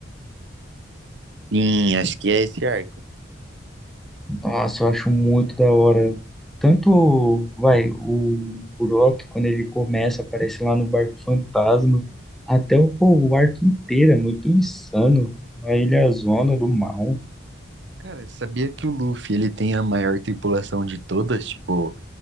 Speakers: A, on the right; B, in the centre.
A: Sim, acho que é esse arco.
B: Nossa, eu acho muito da hora. Tanto, vai, o Brock, quando ele começa, aparece lá no barco fantasma, até o, pô, o arco inteiro é muito insano. A Ilha Zona do Mal.
A: Cara, sabia que o Luffy, ele tem a maior tripulação de todas? Tipo,